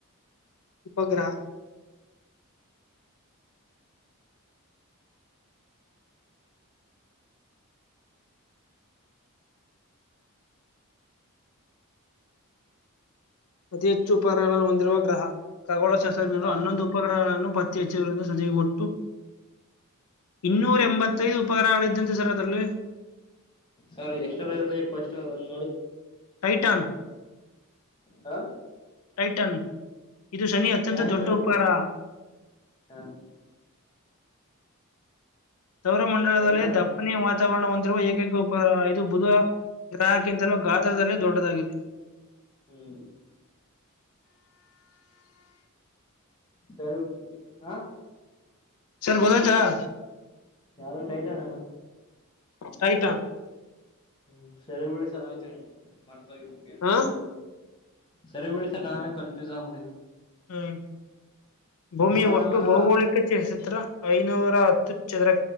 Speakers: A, on the left (about 80°); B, on the left (about 20°).
A: ಉಪಗ್ರಹ ಅತಿ ಹೆಚ್ಚು ಉಪಕರಣಗಳನ್ನು ಹೊಂದಿರುವ ಗ್ರಹ ಖಗಳ ಶಾಸ್ತ್ರಜ್ಞರು
B: ಹಾ
A: ಹನ್ನೊಂದು ಉಪಕಡಗಳನ್ನು ಪತ್ತೆ ಹೆಚ್ಚರಿ ಸಂಜೆಗೆ ಕೊಟ್ಟು ಇನ್ನೂರ ಎಂಬತ್ತದು ಉಪಗ್ರಹಗಳ ಇದಂತೆ ಸರ್ ಅದರಲ್ಲಿ
B: ಸರ್ ಎಷ್ಟರರ್ಲಿಫಸ್ಟ್ ಅನೋಡಿ
A: ಟೈಟಾನ್
B: ಹಾ
A: ಟೈಟನ್ ಇದು ಶನಿ ಅತ್ಯಂತ
B: ಗ್ಯಾನಿಮೇಟ್
A: ದೊಡ್ಡ
B: ಅಲ್ವಾ
A: ಉಪಕರ
B: ಹಾ
A: ಸೌರ ಮಂಡಲದಲ್ಲಿ
B: ಟೈಟಾನಾ
A: ದಪ್ಪ <unintelligible> ವಾತಾವರಣ ಹೊಂದಿರುವ ಏಕೈಕ ಉಪ ಇದು ಬುಧ ಗ್ರಾಹಕ್ಕಿಂತಲೂ ಗಾತ್ರದಲ್ಲಿೇ ದೊಡ್ಡದಾಗಿದೆ
B: ಹ್ಮ್್ಮ್ಮ <unintelligible>
A: ಸರ್ <unintelligible>
B: ಯಾವ್ದೋ ಟೈಟಾನ
A: ಟೈಟಾನ್
B: ಹ್ಮ್ ಸರಿ ಬಿಡಿ ಸರ್ ಆಯ್ತೆನ್ ಮರ್ತೋಗಿರ್ಬೇಕ್ <unintelligible>
A: ಹಾ
B: ಸರಿ ಬಿಡಿ ಸರ್ ನಾವೇ ಕನ್ಫ್ಯೂಸ್ ಆಗಬಿಟ್ಟೀನು
A: ಹ್ಮ್ ಭೂಮಿ
B: ಸರ್
A: ಒಟ್ಟು
B: ಆಮೇಲ
A: ಭೌಗೋಳಿಕ <unintelligible> ಚಿತ್ರ ಐನೂರ ಹತ್ತು ಚದುರ